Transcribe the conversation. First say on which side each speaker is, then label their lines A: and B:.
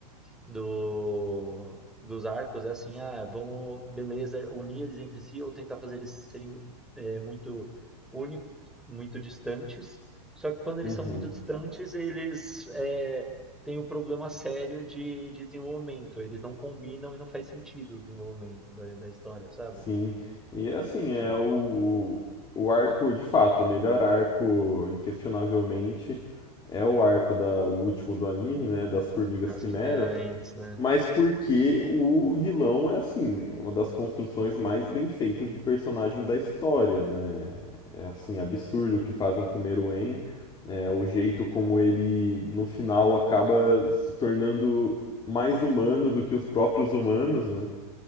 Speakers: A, in the centre; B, on the left.
A: do, dos arcos é assim, ah, vamos, beleza, unir eles entre si ou tentar fazer eles serem é, muito únicos, muito distantes. Só que quando eles
B: Uhum.
A: são muito distantes, eles é, têm o problema sério de, de desenvolvimento. Eles não combinam e não faz sentido o desenvolvimento da, da história, sabe?
B: Sim, e assim,
A: Mas enfim.
B: é o, o arco, de fato, o melhor arco, inquestionavelmente, é o arco da, o último do anime, né, das Formigas
A: As
B: Quimeras,
A: quimerantes, né?
B: mas porque o vilão é assim, é uma das construções mais bem feitas de personagem da história, né, é assim, absurdo o que fazem com o Meruem, é, o jeito como
A: É.
B: ele, no final, acaba se tornando mais humano do que os próprios humanos, né,